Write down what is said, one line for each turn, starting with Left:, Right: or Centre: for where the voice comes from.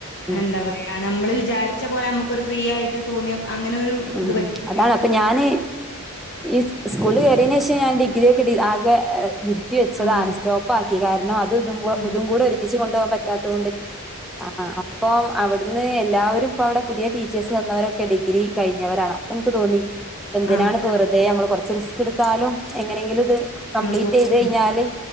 Centre: ഉം
Left: എന്താ പറയാ നമ്മള് വിചാരിച്ച പോലെ ഞമ്മക്കൊരു ഫ്രീ ആയിട്ട് തോന്നിയ അങ്ങനെ ഒരു
Centre: ഉം
Left: ഇത് പറ്റില്ല.
Centre: അതാണ് പ്പം ഞാന് ഈ സ് സ്കൂളില് കേറിയേനേഷം ഞാൻ ഡിഗ്രിയൊക്കെ ഡി ആകെ നിർ ത്തി വെച്ചതാണ്
Left: ആഹ്
Centre: സ്റ്റോപ്പാക്കി കാരണം അ തും ഇതും കൂ
Left: ആഹ്
Centre: ഇതും കൂടെ ഒരുമിച്ച് കൊണ്ടോവ്വാൻ പറ്റാത്തോണ്ട് ആഹ് ഇപ്പം അവിട്ന്ന് എല്ലാവരും ഇപ്പവിടെ പുതിയ ടീച്ചേഴ്സ് വന്നവരൊക്കെ ഡിഗ്രി കഴിഞ്ഞവരാണ് അപ്പൊ ഇൻക്ക് തോന്നി എന്തിനാണ്പ്പം
Left: ആഹ്
Centre: വെറ്തെ നമ്മള് കൊറച്ച് റിസ്ക്ക്ട്ത്താലും എങ്ങനെയെങ്കിലും ഇത് കംപ്ലീറ്റെയ്
Left: എന്നാ തോ
Centre: ത് കഴിഞ്ഞാല്
Left: ആഹ്